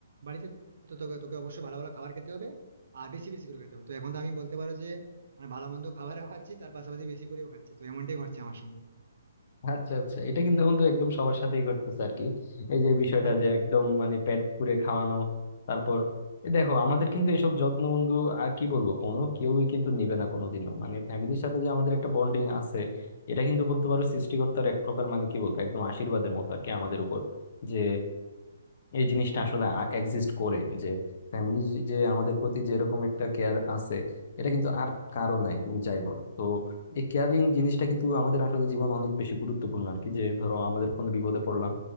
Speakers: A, on the right (about 65°); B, on the left (about 45°).
A: বাড়িতে তো তোকে তোকে অবশ্যই ভালো ভালো খাবার খেতে হবে আর বেশি বেশি করে খেতে হবে তো এখন তো আমি বলতে পারো যে মানে ভালো মন্দ খাবারও খাচ্ছি তার পাশাপাশি বেশি করেও খাচ্ছি তো এমনটাই ঘটছে আমার সঙ্গে
B: আচ্ছা আচ্ছা এটা কিন্তু বন্ধু একদম সবার সাথেই ঘটতেছে আর কি এই যে বিষয়টা
A: হ্যাঁ
B: যে একদম মানে পেট পুরে খাওয়ানো তারপর এ দেখো আমাদের কিন্তু এসব যত্ন বন্ধু আর কি বলবো কোনো কেউই কিন্তু নিবে না কোনোদিনও মানে ফ্যামিলির সাথে যে আমাদের একটা বন্ডিং আছে এটা কিন্তু বলতে পারো সৃষ্টিকর্তার এক প্রকার মানে কি বলবো একদম আশীর্বাদের মতো আর কি আমাদের উপর যে এই জিনিসটা আসলে এক্সিস্ট করে যে ফ্যামিলি যে আমাদের প্রতি যেরকম একটা কেয়ার আছে এটা কিন্তু আর কারো নাই তুমি যাই বলো তো এই কেয়ারিং জিনিসটা কিন্তু আমাদের আসলে জীবন অনেক বেশি গুরুত্বপূর্ণ আর কি যে ধরো আমাদের কোনো বিপদে পড়লাম